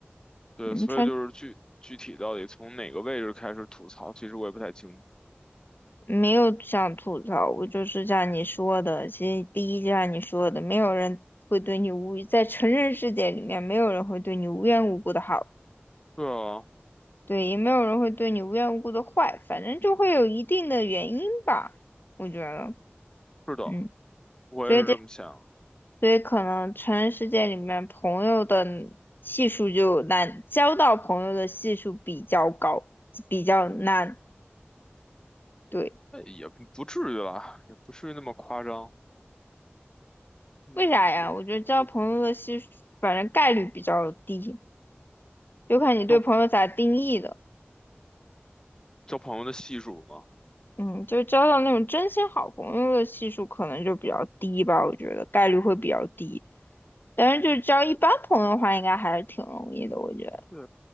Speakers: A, on the left (about 20°); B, on the left (about 50°).
A: 对，
B: 嗯，
A: 所以就是具具体到底从哪个位置开始吐槽，
B: 他
A: 其实我也不太清楚。
B: 没有想吐槽，我就是像你说的，其实第一就像你说的，没有人会对你无，语，在成人世界里面，没有人会对你无缘无故的好
A: 对啊，
B: 对，也没有人会对你无缘无故的坏，反正就会有一定的原因吧，我觉得，
A: 是的，
B: 嗯，
A: 我也是这么想，
B: 所以这，所以可能成人世界里面朋友的系数就难，交到朋友的系数比较高，比较难，对，
A: 那也不不至于啦，也不至于那么夸张，嗯，
B: 为啥呀？
A: 也也
B: 我觉得交朋友的系数，反正概率比较低，就看你对朋友咋定义的，
A: 交交朋友的系数嘛，
B: 嗯，就交到那种真心好朋友的系数可能就比较低吧，我觉得概率会比较低。但是就是交一般朋友的话，应该还是挺容易的，我觉得。
A: 对，